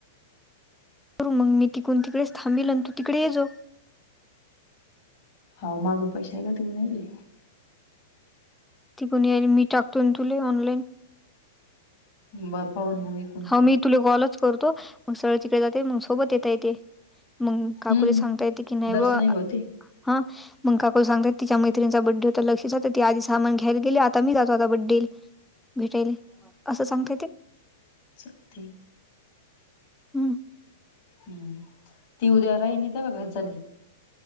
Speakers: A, in the centre; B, on the left.
A: बर मग मी तिकडून तिकडेच थांबील अन तू तिकडे ये जो.
B: हा माझा पैसा आहे का तु येऊ राहीले?
A: तिकडून ये आणि मी टाकतो ना तुले ऑनलाईन.
B: बर पा <unintelligible>
A: हाव मी तुले कॉलच करतो. मग सरळ तिकडे जाते मग सोबत येता येते, मग काकुला
B: हम्म
A: सांगता येते की नाही
B: दर्शनही
A: ब
B: होते
A: हा. मग काकूला सांगता येते तिच्या मैत्रणीचा बड्डे होता, लक्षीचा तर ती आधी सामान घ्यायला गेली, आता मी जातो आता बड्डेल. भेटायले, असं सांगता येते.
B: चालतंय,
A: हम्म
B: हम्म. ती उद्या राहिन इथं का घरी चालली?